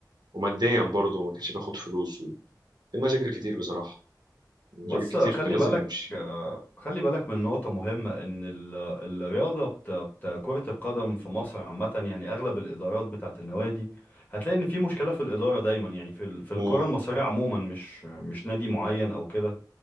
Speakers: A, on the right; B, on the left.
A: وماديا برضه ما كانش بياخد فلوس و... في مشاكل كتير بصراحه مشاكل
B: بص
A: كتير
B: خلي
A: كان لازم
B: بالك
A: يمشي
B: آه، خلي بالك من نقطة مهمة إن ال- الرياضة بتاعت كرة القدم في مصر عامة يعني أغلب الإدارات بتاعت النوادي هتلاقي إن في مشكلة في الإدارة دايما يعني في ال- في
A: امم
B: الكرة المصرية عموما مش مش نادي معين أو كده